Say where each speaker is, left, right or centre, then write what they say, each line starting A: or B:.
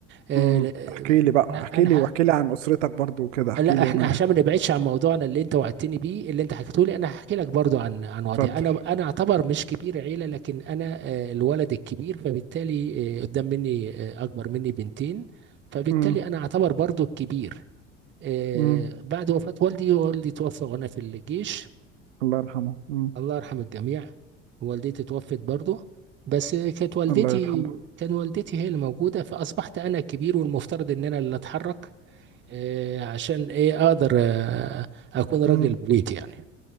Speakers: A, on the right; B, on the right.
A: آه،
B: امم
A: ل- آه،
B: احكي لي بقى
A: انا
B: احكي
A: انا
B: لي واحكي
A: ه-
B: لي عن اسرتك برضو وكده احكي
A: لا
B: لي
A: احنا
B: يا ماهر
A: عشان ما نبعدش عن موضوعنا اللي انت وعدتني بيه اللي انت حكيته لي انا هحكي لك برضو عن عن وضعي
B: اتفضل
A: انا انا اعتبر مش كبير عيله لكن انا آه، الولد الكبير فبالتالي آه، قدام مني آه، اكبر مني بنتين فبالتالي
B: امم
A: انا اعتبر برضو الكبير آه،
B: امم
A: بعد وفاة والدي والدي توفى وأنا في الجيش
B: الله يرحمه امم
A: الله يرحم الجميع والدتي توفت برضه بس كانت والدتي
B: الله يرحمه
A: كان والدتي هي اللي موجودة فأصبحت أنا الكبير والمفترض إن أنا اللي أتحرك آه، عشان إيه أقدر آه، أكون راجل
B: امم
A: بيت يعني